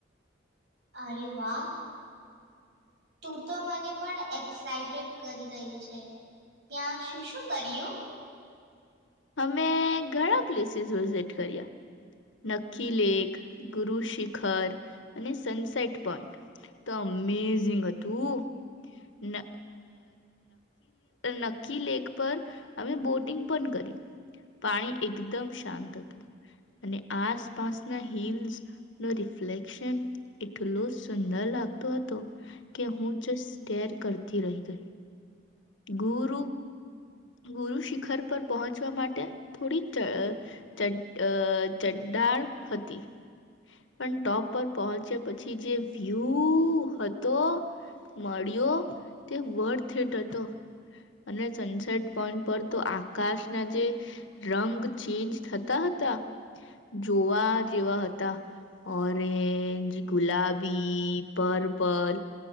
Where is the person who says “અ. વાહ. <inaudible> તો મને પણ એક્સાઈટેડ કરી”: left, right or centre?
Right